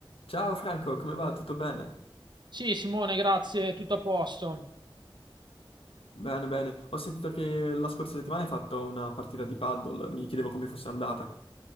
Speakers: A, on the left; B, on the right.
A: Ciao Franco, come va? Tutto bene?
B: Sì, Simone, grazie, tutto a posto.
A: Bene, bene. Ho sentito che la scorsa settimana hai fatto una partita di paddle, mi chiedevo come fosse andata.